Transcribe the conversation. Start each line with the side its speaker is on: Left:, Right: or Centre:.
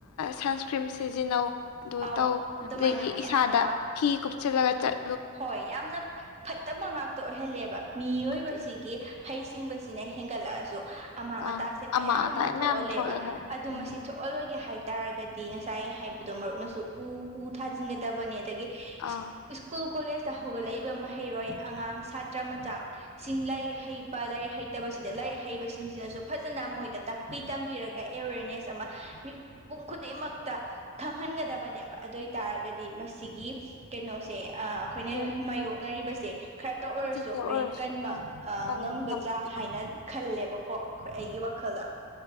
Left: ꯁꯟꯁꯀ꯭ꯔꯤꯟ ꯁꯤꯖꯤꯟꯅꯧ ꯑꯗꯨ
Right: ꯑꯥꯎ
Left: ꯇꯧ
Right: ꯑꯗꯨꯃꯥꯏꯅ
Left: ꯑꯗꯒꯤ
Right: ꯃꯌꯥꯝ
Left: ꯏꯁꯥꯗ
Right: ꯑꯃ
Left: ꯐꯤ ꯀꯨꯞꯁꯤꯜꯂꯒ ꯆꯠ
Right: ꯍꯣꯏ ꯌꯥꯝꯅ ꯐꯠꯇꯕ ꯉꯥꯛ ꯇ ꯑꯣꯏꯍꯜꯂꯦꯕ ꯃꯤꯑꯣꯏꯕꯁꯤꯒꯤ
Left: ꯍꯣꯏ
Right: ꯍꯩꯁꯤꯡꯕꯁꯤꯅ ꯍꯦꯟꯒꯠꯂꯛꯑꯁꯨ ꯑꯃꯥꯡ
Left: ꯑꯥ
Right: ꯑꯇꯥꯁꯦ ꯃꯌꯥꯝ
Left: ꯑꯃꯥ ꯑꯇꯥ
Right: ꯑꯃ ꯊꯣꯛꯍꯜꯂꯦꯕ
Left: ꯃꯌꯥꯝ ꯊꯣꯛꯂꯛꯑꯦ
Right: ꯑꯗꯨ
Left: ꯎꯝ
Right: ꯃꯁꯤ ꯊꯣꯛ ꯑꯣꯜꯂꯣꯏꯒꯦ ꯍꯥꯏꯇꯥꯥꯔꯒꯗꯤ ꯉꯁꯥꯏ ꯍꯥꯏꯕꯗꯣ ꯃꯔꯨꯞꯅꯁꯨ ꯎ ꯎ ꯊꯥꯖꯤꯟꯒꯗꯕꯅꯤ ꯑꯗꯒꯤ
Left: ꯑꯥ
Right: ꯁ꯭ꯀꯨꯜ ꯀꯣꯂꯦꯖꯇ ꯍꯧꯒꯠꯂꯛꯏꯕ ꯃꯍꯩꯔꯣꯏ ꯑꯉꯥꯡ ꯁꯥꯇ꯭ꯔ ꯃꯆꯥ ꯁꯤꯡ ꯂꯥꯏꯔꯤꯛ ꯍꯩꯕ ꯂꯥꯏꯔꯤꯛ ꯍꯩꯇꯕꯁꯤꯗ ꯂꯥꯏꯔꯤꯛ ꯍꯩꯕꯁꯤꯡꯁꯤꯅꯁꯨ ꯐꯖꯅ ꯃꯣꯏꯗ ꯇꯥꯛꯄꯤ ꯇꯝꯕꯤꯔꯒ ꯑꯦꯋꯦꯔꯅꯦꯁ ꯑꯃ ꯃꯤ ꯃꯤꯄꯨꯝ ꯈꯨꯗꯤꯡꯃꯛꯇ ꯈꯪꯍꯟꯒꯗꯕꯅꯦꯕ ꯑꯗꯨ ꯑꯣꯏ ꯇꯔꯒꯗꯤ ꯃꯁꯤꯒꯤ ꯀꯩꯅꯣꯁꯦ ꯑ ꯑꯩꯈꯣꯏꯅ
Left: ꯍꯣꯏ
Right: ꯃꯥꯌꯣꯛꯅꯔꯤꯕꯁꯦ ꯈꯔꯇ ꯑꯣꯏꯔꯁꯨ
Left: ꯈꯖꯤꯛꯇ
Right: ꯑꯩꯈꯣꯏ
Left: ꯑꯣꯏꯔꯁꯨ
Right: ꯀꯟꯕ
Left: ꯑꯥ ꯀꯟꯕ
Right: ꯉꯝꯒꯗ꯭ꯔꯥ
Left: ꯉꯝꯃꯛꯇꯣꯏꯅꯤ
Right: ꯍꯥꯏꯅ ꯈꯜꯂꯦꯕꯀꯣ ꯍꯣꯏ ꯑꯩꯒꯤ ꯋꯥꯈꯜꯗ